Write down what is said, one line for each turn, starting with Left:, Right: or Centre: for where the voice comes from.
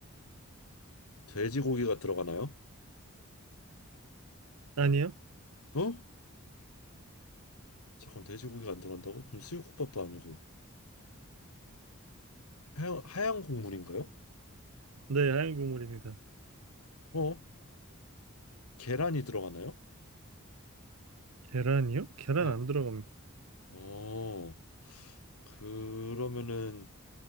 Left: 돼지고기가 들어가나요?
Right: 아니요?
Left: 어? 잠깐 돼지고기가 안 들어간다고? 그럼 수육국밥도 아니고 하얀, 하얀 국물인가요?
Right: 네, 하얀 국물입니다.
Left: 어? 계란이 들어가나요?
Right: 계란이요? 계란
Left: 네.
Right: 안 들어갑니다.
Left: 어 그러면은